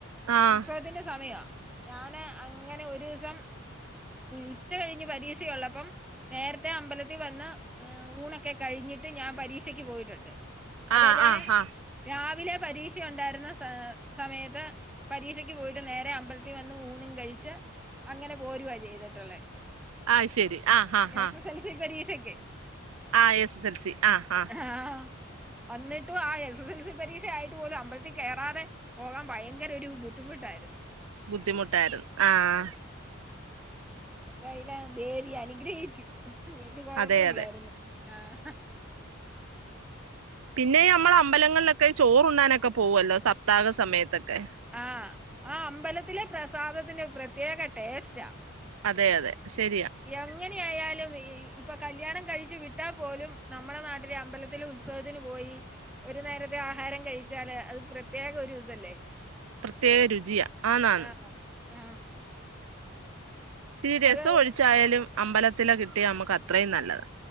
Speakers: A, on the right; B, in the centre.
A: ആഹ്
B: ഉത്സവത്തിന്റെ സമയാ ഞാന് അങ്ങനെ ഒരൂസം ഉച്ച കഴിഞ്ഞ് പരീക്ഷ ഉള്ളപ്പം നേരത്തെ അമ്പല ത്തി വന്ന് ഊണൊക്കെ കഴിഞ്ഞിട്ട് ഞാൻ പരീക്ഷക്ക് പോയിട്ടുണ്ട് അതേപോലെ
A: ആഹ് ആഹ് ആഹ്
B: രാവിലെ പരീക്ഷ ഒണ്ടായിര്ന്ന സ സമയത്ത് പരീക്ഷക്ക് പോയിട്ട് നേരെ അമ്പലത്തി വന്ന ഊണും കഴിച്ച് അങ്ങനെ പോരുവാ ചെയ്തിട്ടുള്ളേ
A: അയ് ശരി ആഹ് ഹ ഹ
B: എസ് എസ് എൽ സി പരീക്ഷക്ക്
A: ആഹ് എസ് എസ് എൽ സി ആഹ് ആഹ്
B: ആഹ് വന്നിട്ടും ആ എസ് എസ് എൽ സി പരീക്ഷ ആയിട്ട് പോലും അമ്പഴത്തിൽ കേറാതെ പോകാൻ ഭയങ്കര ഒരു ബുദ്ധിമുട്ടായിരുന്നു
A: ബുദ്ധിമുട്ടായിരുന്നു ആഹ്
B: എന്തായില്ല ദേവി അനുഗ്രഹിച്ചു വല്യയ കുഴപ്പ
A: അതെ
B: ഇല്ലായിരുന്നു
A: അതെ
B: ആഹ്
A: പിന്നെ
B: ആഹ്
A: നമ്മള അമ്പലങ്ങളിലൊക്കെ ചോറുണ്ണാനൊക്കെ പോവല്ലോ സപ്താഹ സമയത്തൊക്കെ
B: ആഹ് ആ അമ്പലത്തിലെ പ്രസാദത്തിന്റെ പ്രത്യേക ടേസ്റ്റാ
A: അതെ അതെ ശരിയ
B: എങ്ങനെ ആയാലും ഇപ്പൊ കല്യാണം കഴിച്ചു വിട്ടാൽ പോലും നമ്മുടെ നാട്ടിലെ അമ്പലത്തിലും ഉൽ ഉത്സവത്തിന് പോയി ഒരു നേരത്തെ ആഹാരം കഴിച്ചാല് അത് പ്രത്യേക ഒരു ഇതല്ലേ
A: പ്രത്യേക രുചിയാ ആന്ന് ആന്ന്
B: ആഹ് ആഹ്
A: ഇച്ചിരി രസം
B: അതെ അതെ
A: ഒഴിച്ചായാലും അമ്പലത്തിലെ കിട്ടിയാ നമ്മക്ക് അത്രയും നല്ലത്